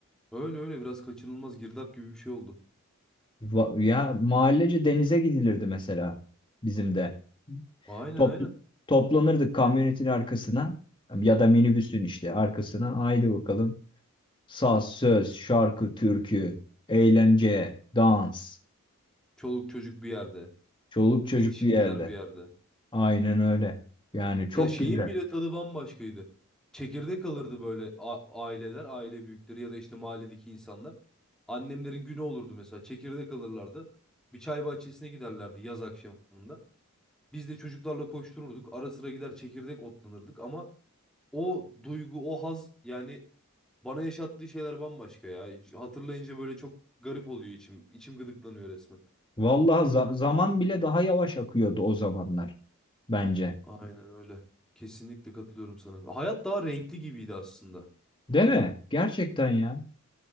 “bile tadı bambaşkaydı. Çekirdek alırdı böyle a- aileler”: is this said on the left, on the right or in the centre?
Centre